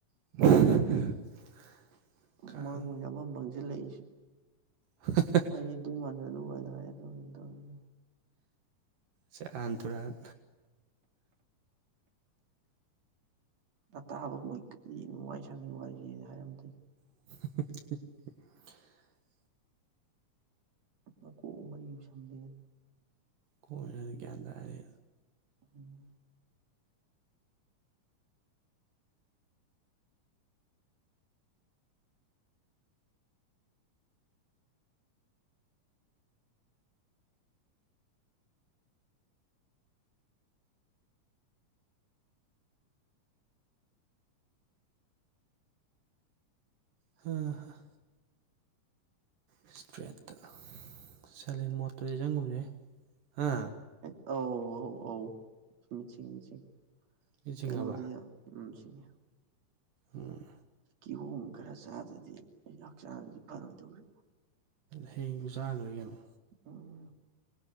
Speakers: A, on the right (about 85°); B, on the right (about 55°).
A: <unintelligible> ꯀꯥꯡ
B: ꯎꯃꯥꯡ ꯑꯣꯏꯅ ꯑꯃ ꯃꯥꯡꯁꯤꯜꯂꯛꯏꯁꯦ
A: ꯍ <unintelligible>
B: ꯑꯩ ꯑꯗꯨꯃꯥꯟꯅ ꯗꯨꯕꯥꯏꯗ ꯍꯥꯏꯔ ꯑꯗꯨ ꯇꯧꯔ
A: ꯁꯦꯔꯥꯟ ꯇꯨꯔꯥꯟ
B: ꯑ ꯇꯥꯕ ꯃꯣꯏ ꯀꯔꯤ ꯅꯨꯡꯉꯥꯏ ꯁꯥꯟꯅꯩ ꯋꯥꯔꯤꯁꯦꯅ ꯍꯥꯏꯔꯝꯗꯣꯏꯅꯤ
A: <unintelligible>
B: ꯃꯀꯣꯛ ꯃꯔꯤ ꯑꯝ ꯁꯝꯗꯦꯅ
A: ꯀꯣꯟꯅ ꯒꯥꯟꯇꯥꯔꯦ
B: ꯎꯝ
A: ꯍ <unintelligible> ꯏꯁꯇ꯭ꯔꯦꯠꯇ ꯁꯥꯏꯂꯦꯟ ꯃꯣꯠꯇꯨꯗꯤ ꯅꯪꯒꯨꯝꯅꯦ ꯍꯥ
B: ꯑꯧ ꯑꯧ ꯑꯧ ꯃꯤꯆꯤꯡ ꯃꯤꯆꯤꯡ
A: ꯅꯤꯡꯁꯤꯡꯉꯕ
B: ꯀꯩꯅꯣꯗꯤ ꯎꯝꯁꯤꯡꯉ
A: ꯎꯝ
B: ꯀꯤꯍꯣꯝ ꯈꯔ ꯆꯥꯗ꯭ꯔꯗꯤ ꯑꯩ ꯍꯛꯆꯥꯡꯁꯤ ꯐꯔꯣꯏꯗꯧꯔꯤ
A: ꯍꯌꯦꯡꯖꯨ ꯆꯥꯔꯂꫭꯏꯔꯦ ꯀꯩꯅꯣ
B: ꯎꯝ